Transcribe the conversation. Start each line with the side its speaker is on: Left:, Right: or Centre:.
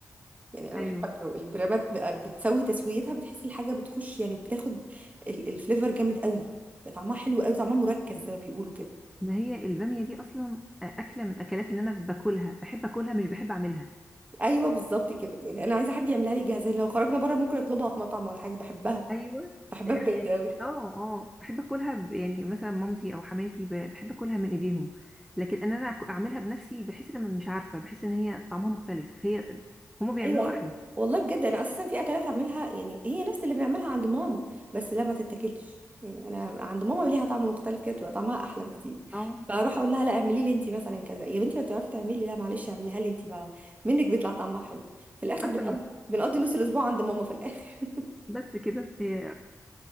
Right: يعني انا
Centre: ايوه
Right: بحب اكله البرامات بقى بتسوي تسويتها بتحس الحاجه بتخش يعني بتاخد ال- الفليفر جامد قوي بقى طعمها حلو قوي طعمها مركز زي ما بيقولوا كده
Centre: ما هي الباميه دي اصلا آه، اكله من الاكلات اللي انا باكلها بحب اكلها مش بحب اعملها
Right: ايوه بالظبط كده يعني انا عايزه حد يعملها لي جاهزه يعني لو خرجنا بره ممكن اطلبها في مطعم ولا حاجه بحبها
Centre: ايوه
Right: بحبها
Centre: يعني
Right: بجد قوي
Centre: اه اه بحب اكلها ب- يعني مثلا مامتي او حماتي ب- بحب اكلها من ايديهم لكن ان انا أك- اعملها بنفسي بحس ان أنا مش عارفه بحس ان هي طعمها مختلف هي هما بيعملوها
Right: ايوه ايوه
Centre: احلى
Right: والله بجد انا اساسا في اكلات اعملها يعني هي نفس اللي بنعملها عند ماما بس لا ما تتاكلش يعني انا عند ماما ليها طعم مختلف كده تبقى طعمها احلى بكتير
Centre: اه
Right: فاروح اقول لها لا اعملي لي انت مثلا كذا يا بنتي ما بتعرفي تعملي لا معلش اعمليها لي انت بقى منك بيطلع طعمها حلو في الاخر
Centre: حتى
Right: بنقضي
Centre: م-
Right: بنقضي نص الاسبوع عند ماما في الاخر
Centre: بس كده هي